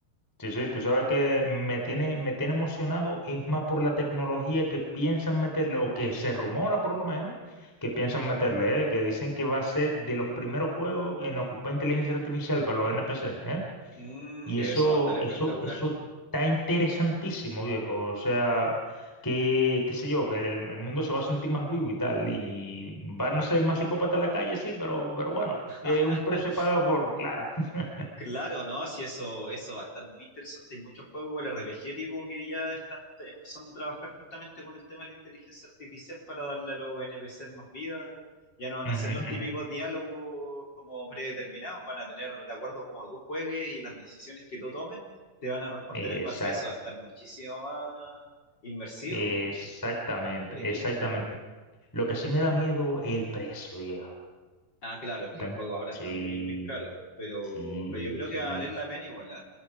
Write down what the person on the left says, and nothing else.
Mm,
y eso
va a estar espectacular.
<laughs>
Claro, ¿no? Sí, eso, eso va a estar muy interesante. Hay muchos juegos con el RPG tipo que ya están te- empezando a trabajar justamente con el tema de la inteligencia artificial para darle a los NPC más vida. Ya no van
a ser los típicos
diálogos como predeterminados, van a tener de acuerdo como tú juegues y las decisiones que tú tomes, te van a responder
en base a eso, va a estar muchísimo más inmersivo.
Increíble.
Ah, claro, es que
los juegos ahora
están muy, muy caros, pero,
pero yo creo
que va a valer la pena igual, ¿eh?